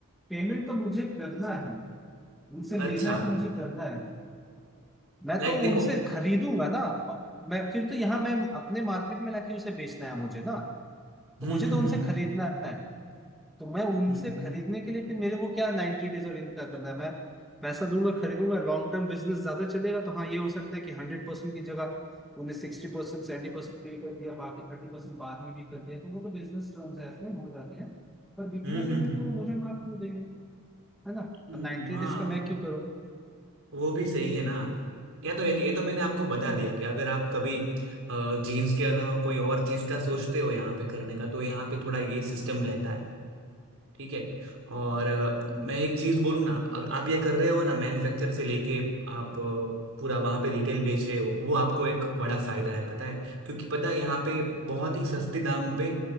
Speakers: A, in the centre; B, on the right.
A: पेमेंट तो मुझे करना है उनसे
B: अच्छा
A: लेना है तो मुझे करना है मैं
B: लाइक
A: तो
B: देखो
A: उनसे खरीदूंगा ना मैं फिर तो यहाँ मैं अपने मार्केट में लाके उसे बेचना है मुझे ना तो
B: हम्म
A: मुझे
B: हम्म
A: तो उनसे
B: हम्म
A: खरीदना है तो मैं उनसे
B: हम्म
A: खरीदने के लिए फिर मेरे को क्या नाइन्टी डेज और इनका करना है मैं पैसा दूंगा खरीदूंगा लॉन्ग टर्म बिजनेस ज्यादा चलेगा तो हाँ ये हो सकता है कि हंड्रेड परसेंट की जगह उन्हें सिक्सटी परसेंट सेवेंटी परसेंट पे कर दिया बाकी थर्टी परसेंट बाद में भी कर दिया तो वो तो बिजनेस ट्रांजैक्शन हो जाते हैं पर बिना
B: हम्म हम्म
A: पेमेंट
B: हम्म,
A: तो वो मुझे माल क्यों देंगे है ना
B: हम्म,
A: और नाइन्टी
B: हाँ
A: डेज का मैं क्यों करूँ
B: वो भी सही है ना आपको या तो ये तो मैंने आपको बता
A: हम्म
B: दिया कि अगर आप कभी जीन्स के अलावा कोई और चीज का सोचते हो यहाँ पे करने का तो यहाँ पे थोड़ा ये सिस्टम रहता
A: हम्म
B: है ठीक है और अ,
A: हम्म
B: मैं एक चीज बोलूँ ना अब आप ये कर रहे हो ना मैन्युफैक्चर से लेके आप अ, पूरा वहां पे रिटेल बेच रहे हो
A: हम्म
B: वो आपको एक बड़ा फायदा है पता है क्योंकि पता है यहाँ पे बहुत ही सस्ते दाम पे